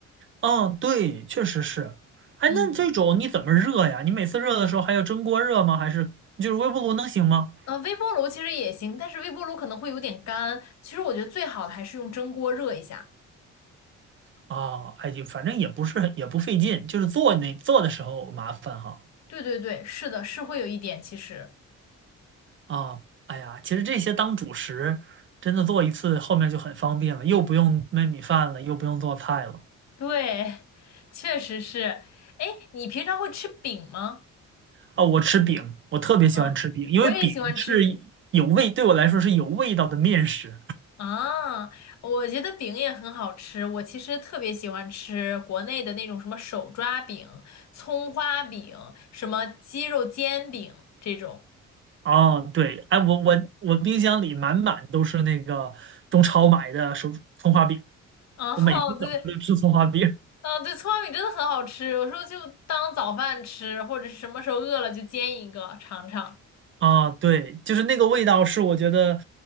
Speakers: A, on the right; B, on the left.
A: 哦，对，确实是。哎，
B: 嗯，
A: 那这种你怎么热呀？你每次热的时候还要蒸锅热吗？还是就是微波炉能行吗？
B: 呃，微波炉其实也行，但是微波炉可能会有点干，其实我觉得最好的还是用蒸锅热一下。
A: 啊，哎，就反正也不是很也不费劲，就是做那做的时候麻烦哈。
B: 对对对，是的，是会有一点，其实
A: 啊，哎呀，其实这些当主食，真的做一次后面就很方便了，又不用焖米饭了，又不用做菜了。
B: 对，确实是。哎，你平常会吃饼吗？
A: 啊，我吃饼，我特别喜欢吃饼，
B: 嗯，
A: 因为饼是
B: 我也喜欢吃饼。
A: 有味，对我来说是有味道的面食。
B: 啊，我觉得饼也很好吃，我其实特别喜欢吃国内的那种什么手抓饼、葱花饼、什么鸡肉煎饼这种。
A: 哦，对，哎，我我我冰箱里满满都是那个中超买的手葱花饼，
B: 啊，
A: 我每天早上都吃葱花饼。
B: <laughs> 对，啊，对，葱花饼真的很好吃，我说就当早饭吃，或者是什么时候饿了就煎一个尝尝。
A: <laughs> 啊，对，就是那个味道是我觉得，